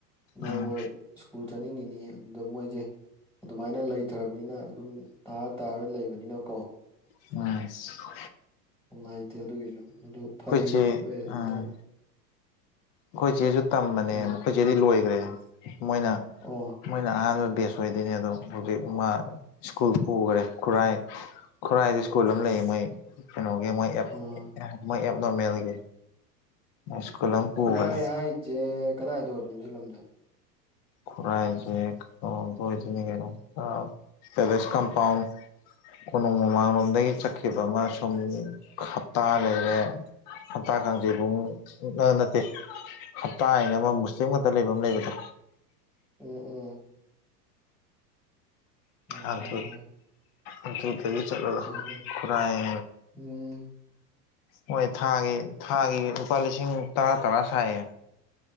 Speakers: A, in the centre; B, on the left.
A: ꯅꯣꯔꯃꯦꯜ
B: ꯎꯝ
A: ꯁ꯭ꯀꯨꯜ ꯆꯠꯅꯤꯡꯉꯤꯅꯤ ꯑꯗꯨꯗ ꯃꯣꯏꯁꯦ ꯑꯗꯨꯃꯥꯏꯅ ꯂꯩꯊ꯭ꯔꯔꯕꯅꯤꯅ ꯑꯗꯨꯝ ꯇꯥꯔ ꯇꯥꯔ ꯂꯩꯕꯅꯤꯅꯀꯣ
B: ꯎ
A: ꯅꯨꯡꯉꯥꯏꯇꯦ ꯑꯗꯨꯒꯤꯁꯨ ꯑꯗꯨ ꯐꯩꯅꯦ
B: ꯆꯦ
A: ꯅꯣꯏ ꯑꯗꯨꯃꯥꯏꯅ
B: ꯎꯝ ꯑꯩꯈꯣꯏ ꯆꯦꯁꯨ ꯇꯝꯕꯅꯦ
A: ꯍꯥꯏꯔꯣ
B: ꯃꯈꯣꯏ ꯆꯦꯗꯤ ꯂꯣꯏꯈ꯭ꯔꯦ ꯃꯣꯏꯅ
A: ꯑꯣ
B: ꯃꯣꯏꯅ ꯑꯍꯥꯟꯕ ꯕꯦꯁ ꯁꯣꯏꯗꯣꯏꯅꯦ ꯑꯗꯣ ꯍꯧꯖꯤꯛ ꯃꯥ ꯁ꯭ꯀꯨꯜ ꯄꯨꯈꯔꯦ ꯈꯨꯔꯥꯏ ꯈꯨꯔꯥꯏꯗ ꯁ꯭ꯀꯨꯜ ꯑꯃ ꯂꯩꯌꯦ ꯃꯣꯏ ꯀꯩꯅꯣꯒꯤ ꯃꯣꯏ ꯑꯦꯞ
A: ꯑꯥ
B: ꯃꯣꯏ ꯑꯦꯞ ꯅꯣꯔꯃꯦꯜꯒꯤ ꯁ꯭ꯀꯨꯜ ꯑꯃ ꯄꯨꯈ꯭ꯔꯦ
A: ꯈꯨꯔꯥꯏ ꯍꯥꯏꯁꯦ ꯀꯗꯥꯏꯗꯣ ꯑꯣꯏꯗꯣꯏꯅꯣ ꯁꯤ ꯂꯝꯗ
B: ꯈꯨꯔꯥꯏꯖꯦ ꯀꯩꯅꯣꯗ ꯑꯣꯏꯗꯣꯏꯅꯦ ꯀꯩꯅꯣ ꯄꯦꯂꯦꯁ ꯀꯝꯄꯥꯎꯟ ꯀꯣꯅꯨꯡ ꯃꯃꯥꯡꯂꯣꯝꯗꯒꯤ ꯆꯠꯈꯤꯕ ꯑꯃ ꯁꯨꯝ ꯍꯞꯇꯥ ꯂꯩꯔꯦ ꯍꯞꯇꯥ ꯀꯥꯡꯖꯩ ꯄꯨꯡ ꯅꯠꯇꯦ ꯍꯞꯇꯥ ꯍꯥꯏꯅ ꯑꯃ ꯃꯨꯁꯂꯤꯝ ꯈꯛꯇ ꯂꯩꯕ ꯑꯃ ꯂꯩꯕꯗꯣ
A: ꯎꯝ ꯎꯝ ꯎꯝ
B: ꯑꯗꯨ ꯑꯗꯨ ꯑꯗꯨ ꯗꯩ ꯆꯠꯂ
A: ꯐꯩ ꯐꯩ
B: ꯈꯨꯔꯥꯏ
A: ꯎꯝ
B: ꯍꯣꯏ ꯊꯥꯒꯤ ꯊꯥꯒꯤ
A: ꯎꯝ
B: ꯂꯨꯄꯥ ꯂꯤꯁꯤꯡ ꯇꯔꯥ ꯇꯔꯥ ꯁꯥꯏꯌꯦ